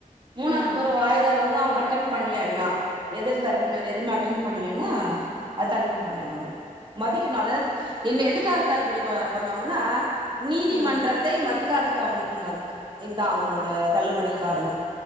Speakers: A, on the right; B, on the right.
A: மூணாவது
B: ம்
A: முற வாயிதால வந்து அவுங்க அ ட்டன் பண்லேன்னா எதிர் தரப்பினர்
B: ம்
A: எதுமே அட்டன் பண்லென்னா அ தள்ளுபடி பண்ணிடுவாங்க மதிக்கணு அதாவ்து என் எதுக்காக தள்ளுபடி ப பண்ணுவாங்கன்னா நீதிமன்ற
B: ம்
A: த்தை மதிக்காத காரணத்தினால் இதா அவுங்களோட
B: ஆ
A: தள்ளுபடிக் காரணொ